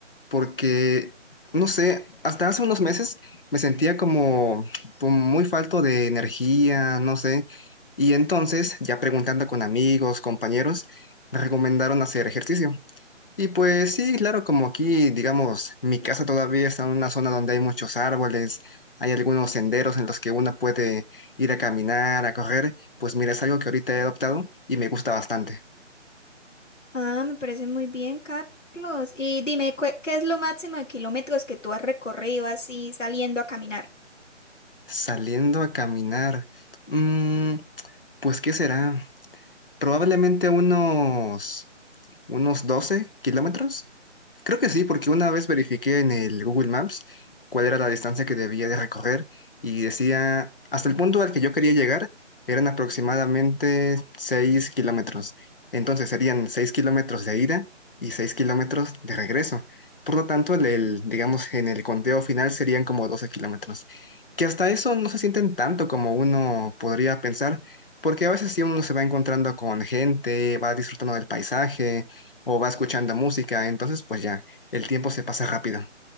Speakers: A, on the left (about 50°); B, on the left (about 80°).
A: porque, no sé, hasta hace unos meses me sentía como, como muy falto de energía, no sé, y entonces, ya preguntando con amigos, compañeros, me recomendaron hacer ejercicio. Y pues sí, claro, como aquí, digamos, mi casa todavía está en una zona donde hay muchos árboles, hay algunos senderos en los que uno puede ir a caminar, a correr, pues mira, es algo que ahorita he adoptado y me gusta bastante.
B: Ah, me parece muy bien, Carlos. Y dime, ¿cu- ¿qué es lo máximo de kilómetros que tú has recorrido así saliendo a caminar?
A: Saliendo a caminar, mm, pues ¿qué será? Probablemente unos unos 12 kilómetros. Creo que sí, porque una vez verifiqué en el Google Maps cuál era la distancia que debía de recorrer y decía, hasta el punto al que yo quería llegar eran aproximadamente 6 kilómetros. Entonces serían 6 kilómetros de ida y 6 kilómetros de regreso. Por lo tanto, el, el, digamos, en el conteo final serían como 12 kilómetros, que hasta eso no se sienten tanto como uno podría pensar, porque a veces sí uno se va encontrando con gente, va disfrutando del paisaje, o va escuchando música, entonces pues ya, el tiempo se pasa rápido.